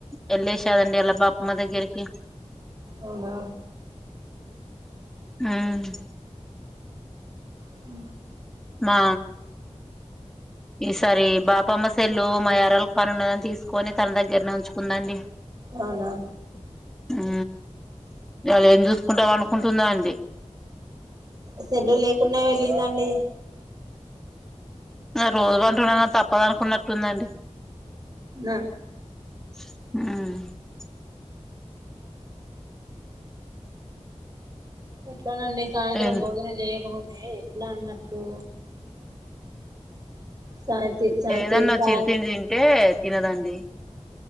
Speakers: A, in the centre; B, on the right.
A: వెళ్లేసారండి వల్ల బాపమ్మ దగ్గరికి
B: అవునా
A: ఉహు
B: ఉ
A: మా ఈసారి బాపమ్మ సెల్లు మా ఎర్రలు పని ఉన్నదాన్ని తీసుకొని తన దగ్గరనే ఉంచుకుందాండి
B: అవునా
A: హు ఇయాల ఎందు కుంటాం పండుకుంటుందా అండి
B: సెల్ల లేకుంన్నా వెళ్ళిందండి
A: రోజు పంట ఉన్నా కానీ తప్పద అనుకున్నట్టుందండి
B: నా
A: ఉహు
B: ఎ <inaudible> ఇండి సాయంత్రం
A: ఏం
B: భోజనం చేయకపోతే అంటే ఎట్లా అన్నట్టు సాయంతి సాయంతి
A: ఏదన్నా
B: సా
A: చిరు తిండి తింటే తినదండి